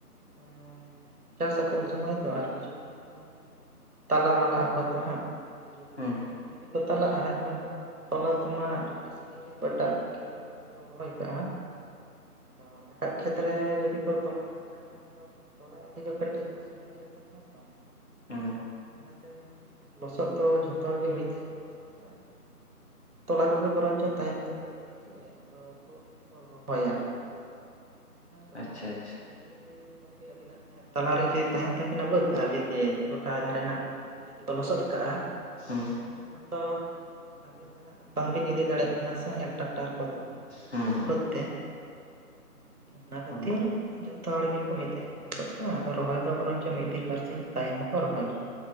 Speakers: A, on the right; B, on the left.
A: ᱮᱸ ᱪᱟᱥ ᱟᱠᱚ᱾ ᱥᱚᱢᱚᱭ ᱫᱚ ᱟᱨ ᱠᱤᱪᱷᱩ ᱜᱟᱱ ᱫᱚ ᱛᱟᱞᱟ ᱢᱟᱞᱟ ᱟᱠᱚ ᱛᱚ ᱦᱟᱸᱜ᱾ ᱟᱫᱚ ᱡᱩᱫᱤ
B: ᱦᱩᱸ
A: ᱡᱩᱫᱤ ᱡᱩᱫ ᱠᱚ ᱪᱟᱞᱟᱜᱼᱟ ᱦᱟᱸ ᱚᱱᱠᱟᱼᱼ ᱚᱱᱟ ᱛᱚᱢᱟ ᱠᱟᱹᱴᱤᱡ ᱥᱟᱹᱜᱤᱧ ᱨᱮ ᱮᱴᱟᱜ ᱠᱷᱮᱛ ᱨᱮ ᱨᱚᱦᱚᱭ ᱠᱟᱜᱼᱟ᱾ ᱟᱫᱚ ᱮᱴᱟᱜᱼᱼ ᱠᱷᱮᱛᱨᱮ ᱡᱩᱫᱤ ᱠᱚ ᱛᱚᱞᱟ ᱠᱟᱜ ᱠᱷᱟᱱ ᱡᱟᱸᱜᱟ ᱟᱫᱚ ᱛᱚᱞᱟ ᱤᱫᱤ ᱠᱚ ᱠᱟᱹᱴᱤᱡ ᱚᱥᱩᱵᱤᱫᱦᱟ ᱦᱩᱭᱩᱜ ᱛᱟᱠᱚᱣᱟ ᱛᱚ᱾
B: ᱦᱩᱸ
A: ᱚᱱᱟᱛᱮ ᱞᱚᱥᱚᱫ ᱫᱚ ᱡᱷᱚᱛᱚ ᱦᱚᱲ ᱜᱮ ᱢᱤᱫ ᱛᱮᱜᱮ ᱠᱚ ᱞᱚᱥᱚᱫ ᱠᱟᱜᱼᱟ᱾ ᱛᱚᱞᱟ ᱠᱚᱫᱚ ᱵᱚᱨᱚᱱᱪᱚ ᱛᱟᱦᱮᱱ ᱛᱟᱠᱚ ᱤᱫᱤ ᱛᱮ ᱟᱫᱚ ᱠᱚ ᱨᱚᱦᱚᱭᱟ ᱟᱨᱠᱤ᱾ ᱟᱫᱚ
B: ᱟᱪᱪᱷᱟ ᱟᱪᱪᱷᱟ
A: ᱡᱚᱫᱤ ᱜᱚᱢᱠᱮᱼᱼ ᱟᱹᱵᱤ ᱱᱟᱜ ᱛᱟᱞᱟᱨ ᱨᱤᱪᱟᱪ ᱛᱟᱦᱮᱱ ᱛᱟᱵᱤᱱᱟ ᱵᱟᱹᱫᱽ ᱟᱨ ᱡᱩᱫᱤ ᱜᱚᱴᱟ ᱫᱷᱟᱨᱮ ᱱᱟᱜᱼᱼ ᱡᱩᱫᱤ ᱠᱚ ᱞᱚᱥᱚᱫ ᱠᱟᱜᱼᱟ᱾
B: ᱦᱩᱸ
A: ᱤᱱ ᱫᱚ ᱱᱤᱛᱚᱜ ᱟᱹᱵᱤᱱ ᱫᱚ ᱦᱟᱸᱜ ᱵᱟᱝᱵᱤᱱ ᱤᱫᱤ ᱫᱟᱲᱮᱭᱟᱜ ᱠᱟᱱᱟ ᱥᱮ ᱦᱮᱸ᱾ ᱰᱟᱠᱴᱟᱨ ᱠᱚᱫᱚ
B: ᱦᱩᱸ ᱦᱩᱸ
A: ᱵᱟᱹᱫᱽ ᱛᱮ᱾ ᱚᱱᱟ ᱠᱷᱟᱹᱛᱤᱨᱼᱼ
B: ᱦᱳᱭ
A: ᱡᱚᱛᱚ ᱦᱚᱲ ᱜᱮᱠᱚ ᱢᱤᱫ ᱫᱷᱟᱣ ᱜᱮ ᱠᱚ ᱞᱚᱥᱚᱫ ᱠᱟᱜᱼᱟ᱾ ᱟᱫᱚ ᱨᱚᱦᱚᱭ ᱫᱚ ᱵᱚᱨᱚᱱ ᱪᱚ ᱢᱤᱫ ᱫᱤᱱ ᱵᱟᱨ ᱥᱤᱧ ᱛᱟᱭᱚᱢ ᱦᱚᱸᱠᱚ ᱨᱚᱦᱚᱭ ᱜᱮᱭᱟ᱾